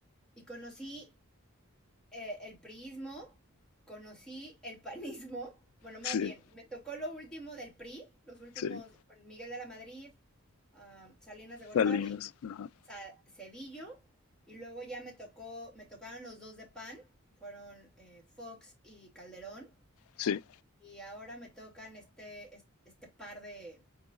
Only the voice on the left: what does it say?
sí,
sí.
Salinas, ajá.
Sí.